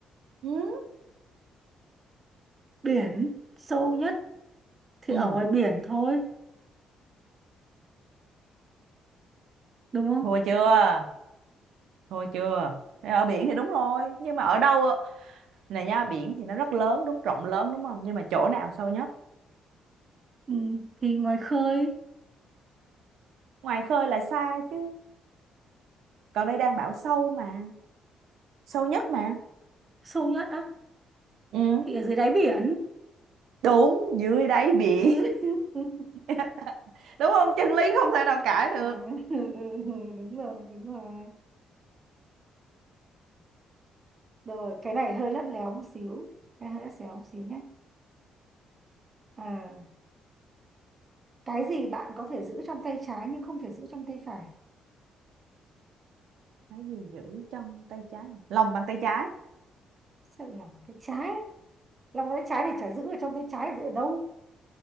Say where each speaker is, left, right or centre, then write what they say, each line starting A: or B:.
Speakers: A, on the right; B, on the right.
A: ừ.
B: biển sâu nhất thì
A: ừ
B: ở ngoài biển thôi đúng không
A: thua chưa thua chưa Thế ở biển thì đúng rồi nhưng mà ở đâu ạ? nè nha biển thì nó rất lớn đúng rộng lớn đúng không nhưng mà chỗ nào sâu nhất
B: Ừm, thì ngoài khơi
A: ngoài khơi là xa chứ còn đây đang bảo sâu mà sâu nhất mà
B: sâu nhất á
A: ừ
B: thì ở dưới đáy biển
A: đúng dưới đáy biển
B: <laughs>
A: <laughs> đúng không chân lý không thể nào cãi được
B: À, <laughs> ừ, ừ, đúng rồi đúng rồi rồi cái này hơi lắt léo một xíu cái hơi lắt léo một xíu nhé à cái gì bạn có thể giữ trong tay trái nhưng không thể giữ trong tay phải
A: cái gì giữ trong tay trái à? lòng bàn tay trái
B: sao lại lòng bàn tay trái lòng bàn tay trái thì chả giữ ở trong tay trái giữ ở đâu